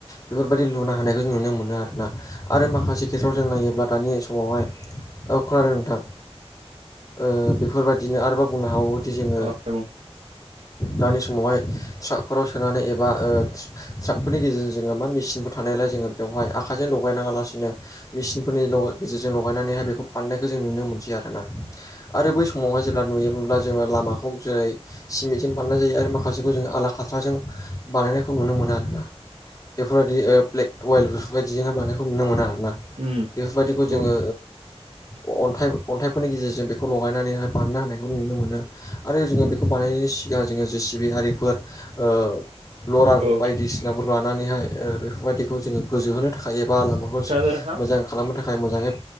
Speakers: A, on the left; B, on the right.
A: बेफोरबायदि लुना होनायखौ जों नुनो मोनो आरोना आरो माखासे खेथ्रआव जों नायोब्ला दानि समावहाय औ खोनादों नोंथां ओ बेफोरबायदिनो आरोबाव बुंनो हाबावोदि जोङो
B: औ बुं
A: दानि समावहाय ट्राकफोराव सोनानै एबा ओ ट्राकफोरनि गेजेरजों जोङो मा मेचिनफोर थानायलाय जोङो बेवहाय आखाइजों लगायनाङा लासिनो मेचिनफोरनि ल गेजेरजों लगायनानैहाय बेखौ बाननायखौ जों नुनो मोनसै आरोना। आरो बै समावहाय जेब्ला नुयोब्ला जोङो लामाखौ जेरै सिमेन्टजों बानायनाय जायो आरो माखासेखौ जों आला खाथ्राजों बानायनायखौ नुनो मोनो आरोना। बेफोरबायदि ब्लेक अइेल बेफोरबायदिजोंहाय बानायखौ नुनो मोनो आरोना।
B: उम
A: बेफोरबायदिखौ जोङो
B: औ
A: ओ अन्थाइ अन्थाइफोरनि गेजेरजों बेखौ लगायनानैहाय बारनो हानायखौ नुनो मोनो आरो जोङो बे बानायनायनि सिगां जोङो जेसिबि हारिफोर ओ लरार
B: औ
A: बायदिसि नाफोर लानानैहाय ओ बेफोरबायदिखौ जोङो गोजोहोनो थाखाय एबा लामाखौ
B: खोनादों नोंथां
A: मोजां खालामनो थाखाय मोजाङै